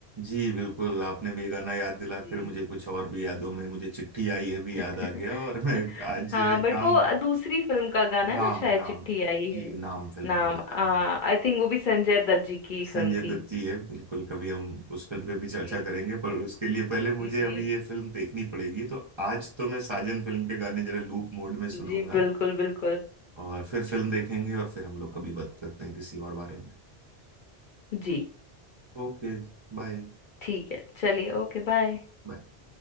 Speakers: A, on the right (about 35°); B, on the left (about 55°).
A: जी बिल्कुल आपने भी ये गाना याद दिला कर
B: जी
A: मुझे कुछ और भी यादों में मुझे चिट्ठी आई है भी याद
B: <laughs>
A: आ गया और मैं आज
B: हाँ बट
A: काम
B: वो दूसरी फिल्म का गाना है
A: नाम
B: ना शायद
A: नाम
B: चिट्ठी आई है
A: जी नाम फिल्म
B: नाम
A: का गाना
B: आई
A: है
B: थिंक वो भी संजय दत्त जी की
A: संजय
B: फिल्म थी
A: दत्त जी है बिल्कुल कभी हम उस फिल्म पे भी चर्चा
B: जी
A: करेंगे पर उसके लिए पहले मुझे
B: जी जी
A: अभी ये फिल्म देखनी पड़ेगी तो आज तो मैं साजन फिल्म के गाने जरा लूप मोड में सुनूंगा
B: जी बिल्कुल बिल्कुल
A: और फिर फिल्म देखेंगे और फिर हम लोग कभी बात करते हैं किसी और बारे में
B: जी
A: Okay bye
B: ठीक है चलिए ओके बाय
A: my